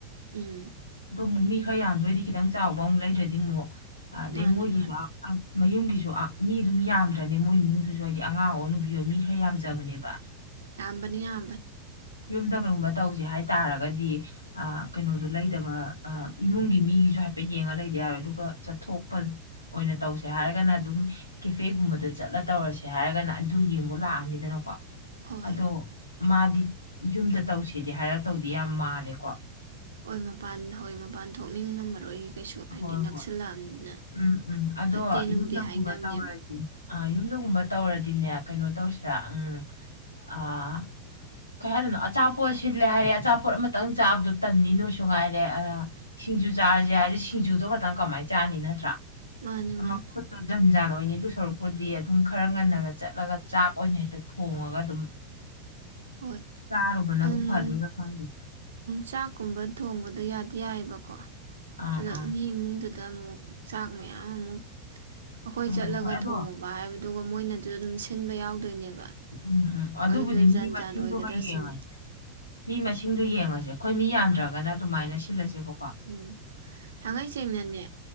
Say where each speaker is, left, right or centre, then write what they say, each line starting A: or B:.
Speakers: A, on the right; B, on the left.
A: ꯎꯝ
B: ꯑꯗꯣ ꯑꯃꯨꯛ ꯃꯤ ꯈꯔ ꯌꯥꯝꯗꯔꯗꯤ ꯈꯤꯇꯪ ꯆꯥꯎꯕ ꯑꯃꯨꯛ ꯂꯩꯗ꯭ꯔꯗꯤ ꯑꯃꯨꯛ ꯑꯗꯩ
A: ꯃꯥꯅꯦ
B: ꯃꯣꯏꯒꯤꯁꯨ
A: ꯃꯥꯅꯦ
B: ꯃꯌꯨꯝꯒꯤꯁꯨ ꯃꯤ ꯑꯗꯨꯝ ꯌꯥꯝꯗ꯭ꯔꯅꯦ ꯃꯣꯏ ꯏꯃꯨꯡꯗꯨꯁꯨ ꯍꯥꯏꯗꯤ ꯑꯉꯥꯡ ꯑꯣꯏ ꯅꯨꯕꯤꯌꯣ ꯃꯤ ꯈꯔ ꯌꯥꯝꯖꯕꯅꯦꯕ
A: ꯌꯝꯕꯅꯤ ꯌꯥꯝꯕꯅꯤ
B: ꯌꯨꯝꯗ ꯀꯩꯒꯨꯝꯕ ꯇꯧꯁꯦ ꯍꯥꯏꯇꯥꯔꯒꯗꯤ ꯀꯩꯅꯣꯗꯣ ꯂꯩꯇꯕ ꯏꯃꯨꯡꯒꯤ ꯃꯤꯒꯤꯁꯨ ꯍꯥꯏꯐꯦꯠ ꯌꯦꯡꯉꯒ ꯂꯩꯗꯤ ꯌꯥꯔꯣꯏ ꯑꯗꯨꯒ ꯆꯠꯊꯣꯛꯄ ꯑꯣꯏꯅ ꯇꯧꯁꯦ ꯍꯥꯏꯔꯒꯅ ꯑꯗꯨꯝ ꯀꯦꯐꯦꯒꯨꯝꯕꯗ ꯆꯠꯂ ꯇꯧꯔꯁꯦ ꯍꯥꯏꯔꯒꯅ ꯑꯗꯨ ꯌꯦꯡꯕ ꯂꯥꯛꯑꯅꯤꯗꯅꯀꯣ
A: ꯍꯣꯏ
B: ꯑꯗꯣ ꯃꯥꯗꯤ ꯌꯨꯝꯗ ꯇꯧꯁꯤꯗꯤ ꯍꯥꯏꯔꯛꯇꯧꯗꯤ ꯌꯥꯝ ꯃꯥꯜꯂꯦꯀꯣ
A: ꯍꯣꯏ ꯃꯄꯥꯟ ꯍꯣꯏ ꯃꯄꯥꯟ ꯊꯣꯛꯅꯤꯡꯉꯝꯃꯔꯣꯏꯌꯦ ꯀꯩꯁꯨ ꯍꯥꯏꯗꯤ
B: ꯍꯣꯏ
A: ꯅꯛꯁꯜꯂꯛꯑꯝꯅꯤꯅ
B: ꯍꯣꯏ ꯎꯝ ꯎꯝ ꯑꯗꯣ
A: ꯐꯠꯇꯦ ꯅꯨꯡꯗꯦ
B: ꯌꯨꯝꯗꯒꯨꯝꯕ
A: ꯍꯥꯏꯅꯕꯅꯦꯕ
B: ꯇꯧꯔꯗꯤ ꯑ ꯌꯨꯝꯗꯒꯨꯝꯕ ꯇꯧꯔꯗꯤꯅꯦ ꯀꯩꯅꯣ ꯇꯧꯁꯤꯔꯥ ꯎꯝ ꯑꯥ ꯀꯩ ꯍꯥꯏꯗꯣꯏꯅꯣ ꯑꯆꯥꯄꯣꯠ ꯁꯤꯜꯂꯦ ꯍꯥꯏꯔꯦ ꯑꯆꯥꯄꯣꯠ ꯑꯃꯇꯪ ꯆꯥꯕꯗꯣ ꯇꯟꯅꯤ ꯅꯣꯏꯁꯨ ꯉꯥꯏꯔꯦ ꯁꯤꯡꯖꯨ ꯆꯥꯔꯁꯦ ꯍꯥꯏꯔꯗꯤ ꯁꯤꯡꯖꯨꯗꯣ ꯈꯛꯇꯪ ꯀꯃꯥꯏꯅ ꯆꯥꯅꯤ ꯅꯠꯇ꯭ꯔꯥ
A: ꯃꯥꯅꯦ
B: ꯑꯃ
A: ꯃꯥꯅꯦ
B: ꯈꯨꯠꯇꯣ ꯖꯟꯖꯥꯟ ꯂꯣꯏꯅꯤꯗꯨ ꯁꯔꯨꯛꯄꯨꯗꯤ ꯑꯗꯨꯝ ꯈꯔ ꯉꯟꯅꯒ ꯆꯠꯂꯒ ꯆꯥꯛ ꯑꯣꯏꯅ ꯍꯦꯛꯇ ꯊꯣꯡꯉꯒ ꯑꯗꯨꯝ
A: ꯍꯣꯏ
B: ꯆꯥꯔꯨꯕꯅꯕꯨ
A: ꯑꯟ
B: ꯐꯥꯗꯣꯏꯔ ꯈꯪꯗꯦ
A: ꯆꯥꯛꯀꯨꯝꯕ ꯊꯣꯡꯕꯗꯣ ꯌꯥꯗꯤ ꯌꯥꯏꯑꯕꯀꯣ
B: ꯑꯥ
A: ꯑꯗ
B: ꯑꯥ
A: ꯃꯤ ꯏꯃꯨꯡꯗꯨꯗ ꯑꯃꯨꯛ ꯆꯥꯛ ꯃꯌꯥꯝ ꯑꯃꯨꯛ ꯑꯩꯈꯣꯏ
B: ꯎꯝ
A: ꯆꯠꯂꯒ
B: ꯍꯣꯏ ꯑꯗꯣ
A: ꯊꯣꯡꯉꯨꯕ ꯍꯥꯏꯕ ꯑꯗꯨꯒ ꯃꯣꯏꯅꯁꯨ ꯑꯗꯨꯝ ꯁꯤꯟꯕ ꯌꯥꯎꯗꯣꯏꯅꯦꯕ
B: ꯎꯝ ꯎꯝ ꯑꯗꯨꯕꯨꯗꯤ
A: ꯑꯗꯨꯗ
B: ꯃꯤ
A: ꯖꯟ
B: ꯃꯁꯤꯡꯗꯨꯒ
A: ꯖꯥꯟ ꯑꯣꯏꯒꯗ꯭ꯔꯥ
B: ꯌꯦꯡꯉꯁꯤ
A: ꯁꯤꯅꯤ
B: ꯃꯤ ꯃꯁꯤꯡꯗꯣ ꯌꯦꯡꯉꯁꯦ ꯑꯩꯈꯣꯏ ꯃꯤ ꯌꯥꯝꯗ꯭ꯔꯒꯅ ꯑꯗꯨꯃꯥꯏꯅ ꯁꯤꯜꯂꯁꯦꯕ
A: ꯎꯝ ꯊꯥꯡꯉꯩ ꯁꯦꯡꯅꯅꯦ